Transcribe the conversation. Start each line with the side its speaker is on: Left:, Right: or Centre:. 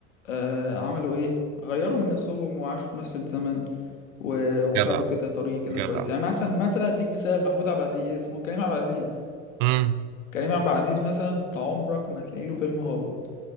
Left: آه عملوا ايه غيروا من نفسهم وعاشوا في نفس الزمن و- وخدوا
Right: جدع
Left: كده طريق كده
Right: جدع
Left: كويس يعني مثلا مثلا اديك مثال محمود عبد العزيز إيه اسمه كريم عبد العزيز
Right: امم
Left: كريم عبد العزيز مثلا انت عمرك ما هتلاقي له فيلم هابط